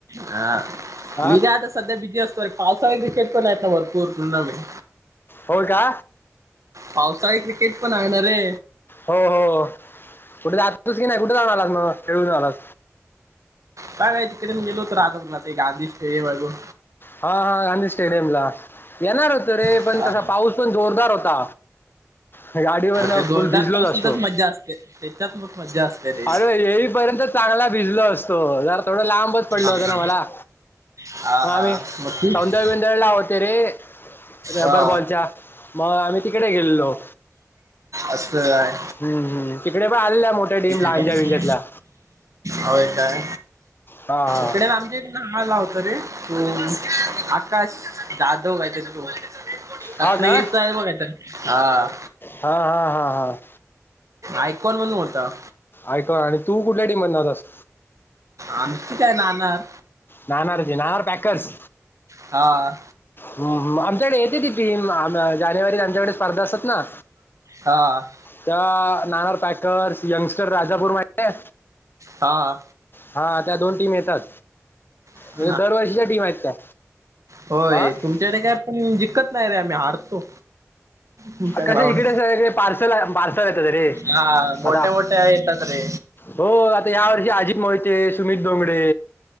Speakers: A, on the right (about 80°); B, on the left (about 45°).
A: हा
B: हा
A: मी का आता सध्या बिद्यास्त ववर पासाही क्रिकेट पण आहेत ना भरपूर टुर्नामेंट
B: हो का?
A: पावसाळी क्रिकेट पण आहेणारे.
B: हो हो कुठे जातातच की नाही कुठे जाणार आलास मग खेळून आलास?
A: काय काय तिकडेन गेलोत राधा बला ते गधी स्टेडियम अगून
B: हा हा गांधी स्टेडियम ला येणार होत रे
A: हा
B: पण कसा पाऊस पण जोरदार होता. <unintelligible> गाडीवर ना
A: ते जोरदार
B: फुल भिजलोच
A: पावसातच
B: असतो
A: मज्जा असते त्याच्यात मग मज्जा असते रे
B: अरे हे. पर्यंत चांगला भिजलो असतो जरा थोडं लांबच पडल होतं
A: हा
B: ना मला
A: हा हा
B: आम्ही
A: मग खूप
B: सौंदर्य बदळ ला होते रे रब्बर
A: हा
B: बॉलच्या मग आम्ही तिकडे गेलेलो.
A: असलं काय?
B: हम् हम्म तिकडे पण आलेल्या मोठ्या टीम लहानच्या
A: चालतंय
B: विषयातल्या
A: होय काय
B: हा
A: इकडे
B: हा
A: आमचे हला होत रे तू आकाश जाधव गाय तरी तो रत्नागिरीच
B: हा का
A: आहे बघा तर हा.
B: हा हा हा हा.
A: ऐकॉन म्हणून होता.
B: ऐक आणि तू कुठल्या टिम नव्हत अस.
A: आमची काय नाणार?
B: नना र जी नणार पॅकर्स
A: हा
B: हम्म आमच्याकडे येते ती टीम जानेवारीत आमच्याकडे स्पर्धा असत ना.
A: हां हां.
B: त्या नाणार पॅकर्स यंगस्टर राजापूरमाहिते
A: हा
B: हा त्या दोन टीम येतात.
A: <unintelligible>
B: म्हणजे दरवर्षीच्या टीम आहेत त्या
A: होय.
B: हा
A: तुमच्याकडे काय पण जिक्कत नाही रे आम्ही हारतो. तुमच्या
B: कस
A: ग्राउंड
B: इकडे सगळे पार्सल पार्सल येतात रे
A: हा मोठ्या
B: आता
A: मोठ्या येतात रे
B: हो आता या वर्षी अजीत मोहिते सुमित डोंगडे